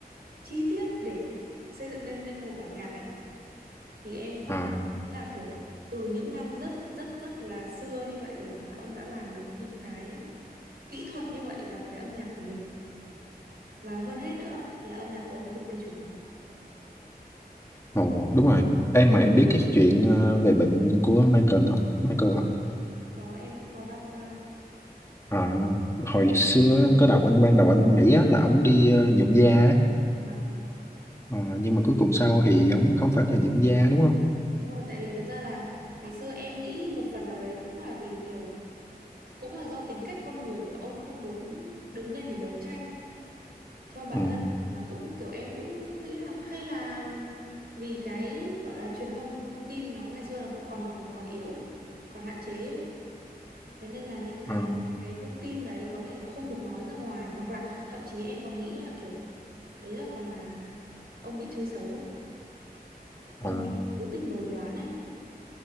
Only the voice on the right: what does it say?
chi tiết để xây dựng nên nên một bản nhạc ấy thì em có
cảm thấy là kiểu từ những năm rất rất rất là xưa như vậy rồi mà ông đã làm được những cái kỹ thuật như vậy vào cái âm nhạc của mình và hơn hết nữa là âm nhạc của ông cực kỳ truyền cảm hứng
cực
có em cũng có đọc qua
và
đúng rồi tại vì thật ra là ngày xưa em nghĩ một phần nào đấy cũng là vì kiểu cũng là do tính cách con người kiểu ông không muốn đứng lên để đấu tranh cho bản
thân mà cũng kiểu em cũng nghĩ là hay là vì cái gọi là truyền thông thông tin nó ngày xưa nó cũng còn còn còn yếu ấy còn hạn chế ấy. Thế nên là những cái
cái thông tin đấy có thể là không được nói ra ngoài hoặc là thậm chí em còn nghĩ là kiểu đấy là còn là ông bị chơi xấu ấy ông
bị cố tình đồn đoán ấy